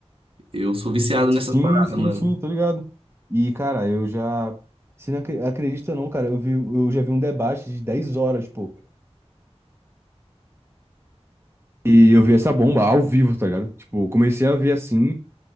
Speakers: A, on the right; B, on the right.
A: Eu sou viciado nessas
B: Sim,
A: paradas,
B: sim,
A: mano.
B: sim, tô ligado. E, cara, eu já. Se não acre- acredita ou não, cara, eu vi, eu já vi um debate de 10 horas, pô. E eu vi essa bomba ao vivo, tá ligado? Tipo, eu comecei a ver assim,